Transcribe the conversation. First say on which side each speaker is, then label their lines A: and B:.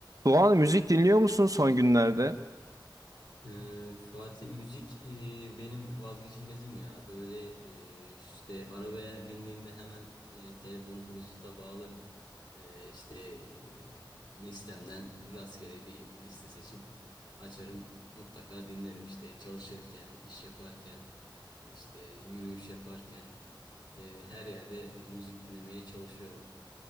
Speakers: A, on the right (about 45°); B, on the left (about 65°).
A: Doğan müzik dinliyor musun son günlerde?
B: Ee, Fatih müzik e, benim vazgeçilmezim ya. Böyle e, işte arabaya bindiğimde hemen e, telefonu Bluetooth'la bağlarım. E, işte e, listemden rastgele bir liste seçip açarım. Mutlaka dinlerim işte çalışırken, iş yaparken, işte yürüyüş yaparken. E, her yerde müzik dinlemeye çalışıyorum.